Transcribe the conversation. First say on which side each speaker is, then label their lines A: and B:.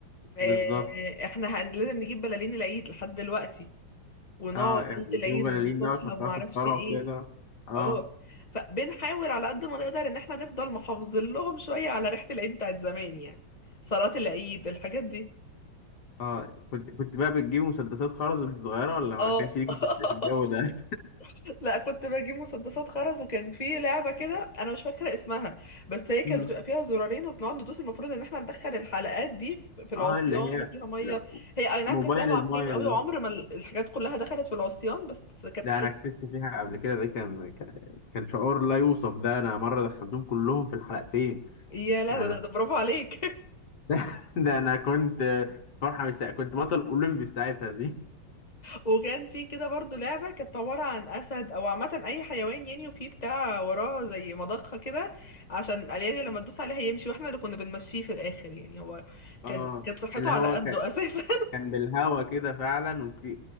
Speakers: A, on the left; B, on the left.
A: آه،
B: بالظبط
A: احنا هن- لازم نجيب بلالين العيد لحد دلوقتي ونقعد
B: اه
A: ليله
B: بيجيبوا
A: العيد وننفخها
B: بلالين ده وتحطها
A: وما
B: في
A: اعرفش
B: الصاله
A: ايه
B: وكده اه
A: اه فبنحاول على قد ما نقدر ان احنا نفضل محافظين لهم شوية على ريحة العيد بتاعت زمان يعني صلاة العيد الحاجات دي
B: اه كنت كنت بقى بتجيب مسدسات خرز وانت صغيرة ولا ما
A: اه
B: كانش ليكي في في الجو ده؟
A: <laughs> لا كنت بجيب مسدسات خرز وكان في لعبة كده انا مش فاكرة اسمها بس هي كانت
B: مم.
A: بتبقى فيها زرارين وبنقعد ندوس المفروض ان احنا ندخل الحلقات دي في
B: <laughs>
A: في العصيان
B: اه اللي هي
A: وفيها مية
B: لا
A: هي اي نعم
B: موبايل
A: كانت لعبة
B: المايه
A: عقيمة قوي وعمر
B: ده
A: ما ال- الحاجات كلها دخلت في العصيان بس كانت
B: ده
A: حلوة
B: انا كسبت فيها قبل كده ده كان كان كان شعور لا يوصف ده انا مرة دخلتهم كلهم في الحلقتين
A: يا لهوي
B: يعني
A: ده, ده
B: <laughs>
A: برافو عليك
B: ده ده انا كنت فرحة مش سا... كنت بطل اولمبي في ساعتها دي
A: وكان في كده برضو لعبة كانت عبارة عن أسد أو عامة أي حيوان يعني وفي بتاع وراه زي مضخة كده عشان الأليان لما تدوس عليها يمشي واحنا اللي كنا بنمشيه في الآخر يعني هو
B: اه
A: كان كانت صحته
B: اللي
A: على
B: هو
A: قده
B: ك...
A: أساسا
B: كان بالهوا كده فعلا وت... ي...